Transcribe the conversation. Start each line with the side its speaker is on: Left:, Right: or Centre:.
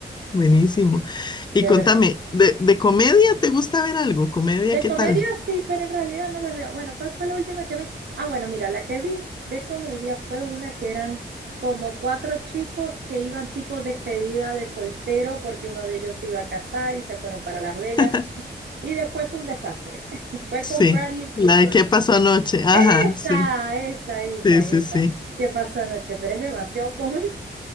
Left: Buenísimo. Y
Right: de
Left: contame,
Right: verdad que sí.
Left: ¿de, de comedia te gusta ver algo? ¿Comedia
Right: De
Left: qué
Right: comedia
Left: tal?
Right: sí, pero en realidad no las veo. Bueno, ¿cuál fue la última que vi? Ah, bueno, mira, la que vi de comedia fue una que eran como cuatro chicos que iban tipo despedida de soltero porque uno de ellos se iba a casar y se fueron para Las Vegas
Left: <laughs>
Right: y después fue un desastre. <laughs> Fue
Left: Sí,
Right: con Bradley Cooper.
Left: la de qué pasó anoche. Ajá,
Right: Esa,
Left: sí,
Right: esa, esa,
Left: sí, sí,
Right: esa.
Left: sí.
Right: ¿Qué pasó anoche? Pero es demasiado cómica.